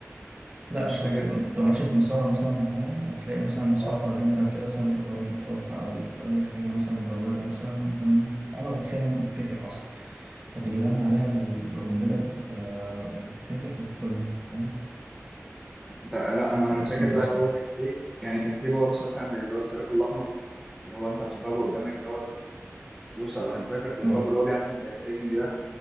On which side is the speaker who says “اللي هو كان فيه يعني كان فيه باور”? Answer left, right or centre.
Centre